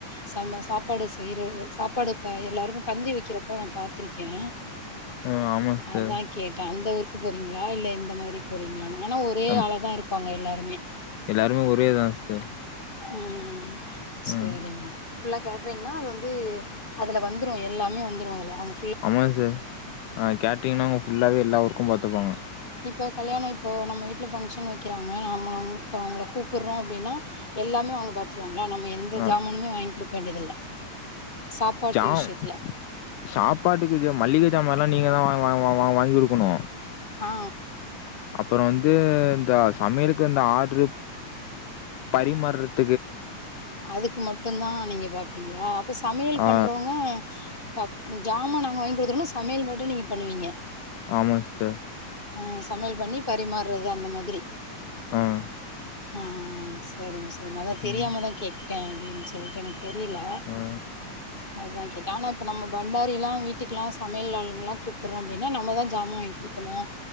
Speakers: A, on the left; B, on the left.
A: செம்ம சாப்பாடு செய்றது சாப்பாடு இப்ப எல்லாருக்கு பந்தி வெக்கிற போ நா பாத்திருக்கே
B: ஆ ஆமா சிஸ்டர்
A: அத்தா கேட்டே அந்த ஊர் கு போறீங்ளா இல்ல இந்தமாரி போறீங்ளானு ஆனா ஒரே
B: நம்
A: ஆளதா இருப்பாங்க எல்லாருமே
B: எல்லாருமே ஒரே இதா சிஸ்டர்
A: இம் செரிமா
B: ம்
A: ஃபுல்லா கேட்ரிங்னா அது வந்து அதுல வந்துரு எல்லாமே வந்துரு அதுல ஆமா
B: ஆம சிஸ்டர் அ கேட்ரிங்னா அவுங்க ஃபுல்லாவே எல்லா ஒர்க்கு பாத்துப்பாங்க
A: இப்ப கல்யாணோ இப்போ நம்ம வீட்ல ஃபங்க்ஷன் வெக்கிறாங்க ஆம்மாவு இப்போ அவுங்கள கூப்புட்றோ அப்டினா எல்லாமே அவுங்க பாத்ருவாங்ளா நம்ம எந்த
B: ஆ
A: ஜாமனு வாய்ங் குடுக்க வேண்டியதில்ல சாப்பாட்டு
B: ஜாம்
A: விஷயத்துல
B: சாப்பாட்டுக்கு மல்லிக ஜாமாலா நீங்கதா வாங் வாங் வாங் வா வாங்கி குடுக்குணு
A: ஆ
B: அப்பறோ வந்து இந்த சமையலுக்கு இந்த ஆட்ரு பறிமாற்றத்
A: அதுக்கு மட்டுந்தா நீங்க பாப்பீங்ளா அப்ப சமையல்
B: ஆ
A: பண்றவங்க ப்ப ஜாமா நாங்க வாங்கி குடுத்துருனு சமையல் மட்டு நீங்க பண்ணுவீங்க
B: ஆமாங் சிஸ்டர்
A: ம் சமையல் பண்ணி பரிமாறது அந்த மாதிரி
B: ம்
A: ஹ ஹஹஹ செ செரிம்மா செரிம்மா அதா தெரியாம
B: ம்
A: தா கேட்டுட்டே எப்டின் சொல்ட்டு எனக்கு தெரில
B: ஆ
A: அதுதா கேட்டே ஆனா இப்போ நம்ம பண்டாரிலா வீட்க்லா சமையல் ஆளுங்கலா கூப்பறோ அப்டின்னா நம்மதா ஜாமா வாங்கி குடுக்கணு